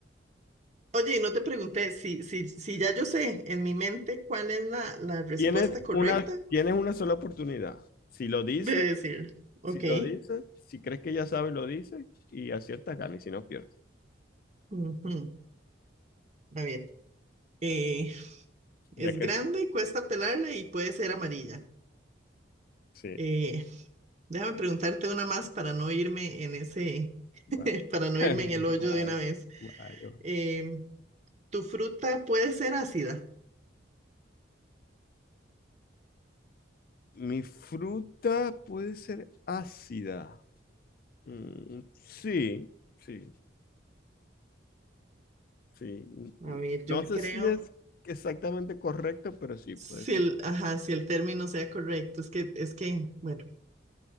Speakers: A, on the right (about 35°); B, on the left (about 50°).
A: Oye, y no te pregunté si, si, si ya yo sé en mi mente cuál es la, la respuesta
B: Tienes
A: correcta.
B: una, tienes una sola oportunidad. Si lo dices,
A: De decir, ok.
B: si lo dices, si crees que ya sabes, lo dices y aciertas, ganas y si no, pierdes.
A: ujú, A ver. eh,
B: Ya
A: es
B: que,
A: grande, cuesta pelarla y puede ser amarilla.
B: sí.
A: Eh, déjame preguntarte una más para no irme en ese,
B: Vale,
A: <laughs> para no
B: <laughs>
A: irme en el hoyo
B: vale,
A: de una vez.
B: vale, vale.
A: Em, ¿tu fruta puede ser ácida?
B: Mi fruta puede ser ácida. Mm, sí, sí, sí.
A: A ver, yo
B: No sé
A: creo
B: si es exactamente correcto, pero sí
A: si
B: puede ser.
A: el, ajá, si el término sea correcto. Es que, es que, bueno,